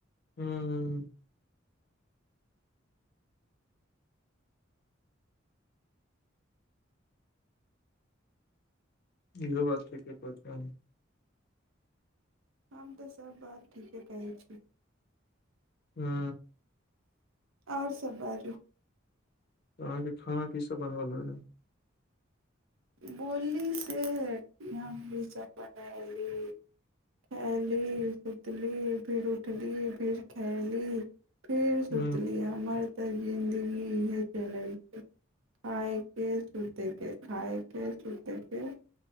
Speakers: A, on the left; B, on the right.
A: हँ इहो बातथ प्रचान
B: हम तऽ सभ बात ठीके कहैत छी
A: हँ
B: आओर सभ बाजू
A: तऽ अहाँके खाना कीसभ बनबल रह हन
B: बोलली से हम भसभ बनयली खयली सुतली फेर उठली फेर खयली फेर सुतली
A: हुं
B: हमर तऽ जिन्दगी हे चल खायके सतैके खाायके सुतेके